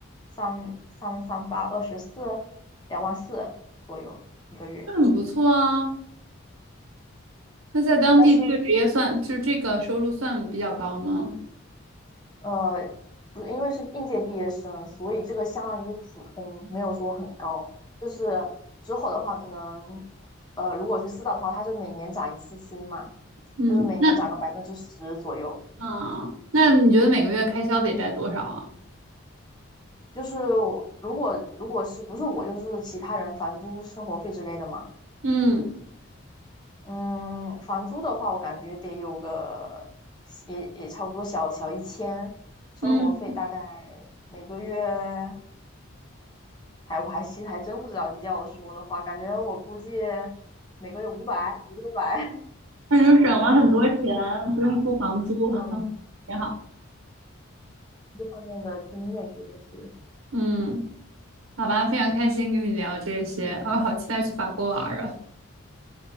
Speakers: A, on the left (about 20°); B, on the right (about 80°).
A: 三三三八二十四，两万四左右一个月。
B: 那很不错啊。那在当地这个职业算，
A: 但是
B: 就这个收入算比较高吗？
A: 呃，不是因为是应届毕业生，所以这个相当于是普通，没有说很高。就是之后的话，可能呃，如果去四大的话，它是每年涨一次薪嘛，
B: 嗯，
A: 就是每年涨个百分之十左右。
B: 那啊，那你觉得每个月开销得带多少啊？
A: 就是我如果如果是不是我就是其他人房租、生活费之类的嘛。
B: 嗯。
A: 嗯，房租的话，我感觉得有个也也差不多小小一千，生活费大概每个月，
B: 嗯
A: 还我还其实还真不知道。你叫我说的话，感觉我估计每个月五百、五六百，
B: 那就省了很多钱，
A: <laughs>
B: 不用付房租，<laughs>
A: 嗯，
B: 挺好。
A: 这方面的经验主要是
B: 嗯，好吧，非常开心跟你聊这些，我好期待去法国玩儿啊。